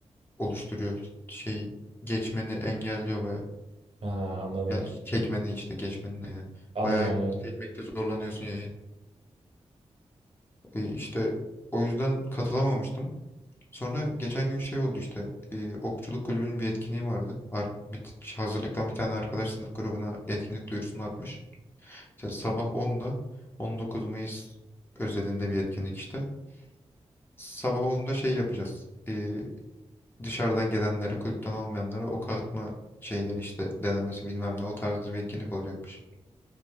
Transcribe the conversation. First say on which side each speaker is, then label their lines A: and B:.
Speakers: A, on the left; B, on the right.
A: oluşturuyor. Şey geçmeni engelliyor baya.
B: Ha, anladım.
A: Yani çekmeni işte geçmeni ne ya.
B: Anladım
A: Baya
B: anladım.
A: çekmekte zorlanıyorsun yayı. E, işte o yüzden katılamamıştım. Sonra geçen gün şey oldu işte e, okçuluk kulübünün bir etkinliği vardı. Ar- bir, hazırlıktan bir tane arkadaş sınıf grubuna etkinlik duyurusunu atmış. İşte sabah onda 19 Mayıs özelinde bir etkinlik işte. Sabah onda şey yapacağız. E, dışarıdan gelenlere, kulüpten olmayanlara ok atma şeyleri işte denemesi bilmem ne o tarz bir etkinlik olacakmış.